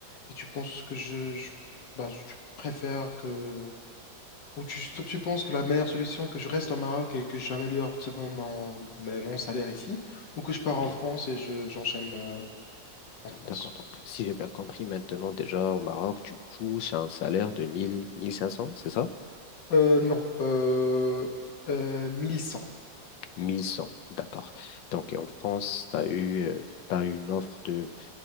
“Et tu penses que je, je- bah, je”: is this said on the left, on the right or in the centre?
Left